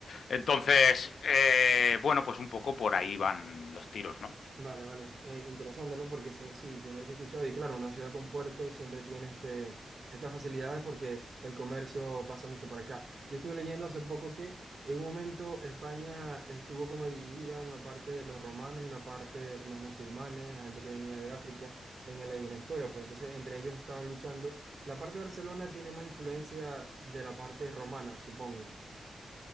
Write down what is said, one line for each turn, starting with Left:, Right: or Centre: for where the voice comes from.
Left: Entonces, eh, bueno, pues un poco por ahí van los tiros, ¿no?
Right: Vale, vale. Eh, interesante, ¿no? Porque sí, sí, siempre que he escuchado, y claro, una ciudad con puerto siempre tiene este, estas facilidades porque el comercio pasa mucho para acá. Yo estuve leyendo hace poco que en un momento España estuvo como dividida, una parte de los romanos y una parte de los musulmanes, la gente que venía de África en la, en la historia, pues entonces entre ellos estaban luchando. La parte de Barcelona tiene más influencia de la parte romana, supongo.